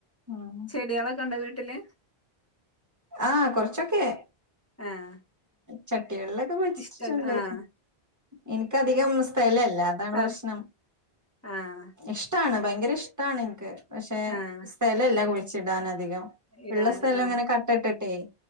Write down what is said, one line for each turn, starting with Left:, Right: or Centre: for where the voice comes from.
Right: ഉം
Left: ചെടികളൊക്കെ ഉണ്ടോ വീട്ടില്.
Right: ആഹ് കൊറച്ചൊക്കെ
Left: ആഹ്
Right: ചട്ടികളിലൊക്കെ വെച്ചിട്ടിട്ടുണ്ട്
Left: ഇഷ്ടം ആഹ്
Right: എനിക്ക് അധികം സ്ഥലം ഇല്ല അതാണ്
Left: ഇഷ്ട
Right: പ്രശ്നം
Left: ആഹ്
Right: ഇഷ്ടാണ് ഭയങ്കര ഇഷ്ടാണ് എനിക്ക് പക്ഷെ.
Left: ആഹ്
Right: സ്ഥലല്ല കുയിച്ചിടാൻ അധികം
Left: ഇടാന്
Right: ഉള്ള സ്ഥലം
Left: ആഹ്
Right: ഇങ്ങനെ കട്ടട്ടിട്ടേ.